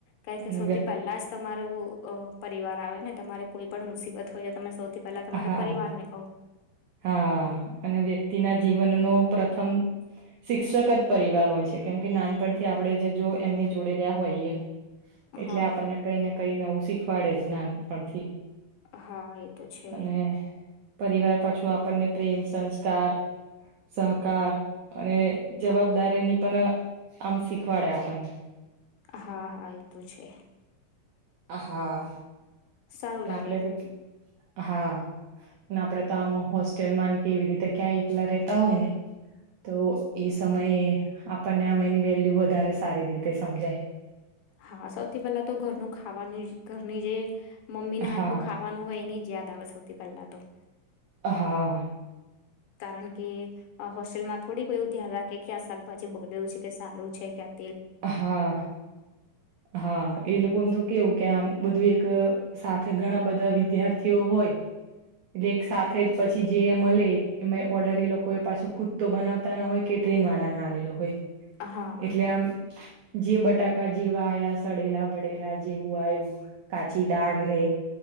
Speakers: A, on the left; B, on the right.
A: કારણ કે
B: અને
A: સૌથી
B: વ્ય
A: પહેલા જ તમારું અ પરિવાર આવે ને તમારે કોઈ પણ મુસીબત હોય એ તમે સૌથી પહેલા તમારા
B: હા
A: પરિવારને કહો
B: હા અને વ્યક તેના જીવનનો પ્રથમ શિક્ષક જ પરિવાર હોય છે કેમ કે નાનપણથી આપડે જ જો એમની જોડે રહ્યા હોઈએ. એટલે
A: હા
B: આપણને કઈને કઈને એવું શીખવાડે જ નાનપણથી.
A: હાઈ એતો છે.
B: અને પરિવાર પાછું આપણને પ્રેમ સંસ્કાર સહકાર અને જવાબદારીની તન આમ શીખવાડે આપણ
A: હા હા એ તો છે.
B: આહા
A: સારું
B: ને
A: લાગે
B: આપડે તો હા ને આપડે તો આમ હોસ્ટેલમાં ને કેવી રીતે ક્યાં એકલા રહેેતા હોય ને તો એ સમયે આપણને આમ એની વેલ્યુ વધારે સારી રીતે સમજાય.
A: હા સૌથી પહેલા તો ઘરનું ખાવાનુજ. ઘરની જે મમ્મીને
B: હા
A: હાથનું ખાવાનું હોય એની યાદ આવે સવથી પહેલા તોહ.
B: હા.
A: કારણ કે અ હોસ્ટેલમાં થોડી બધું ધ્યાન રાખે કે આ શાકભાજી બગડું છે કે સારું છે ક્યા
B: હા હા એ લોકોનું તો કેવું કે આમ બધું એક સાથે ઘણા બધા વિદ્યાર્થીઓ હોય એટલે એક સાથે જ પછી જે મલે ને ઓર્ડર એ લોકોએ પાછું ખુદ તો બનાવતા ના હોય કેકે વાળા ના આવેલ હોય
A: હા.
B: એટલે આમ જે બટાકા જેવા આયા સડેલા ભડેલા જેવું આયુ કાચી દાળ રે.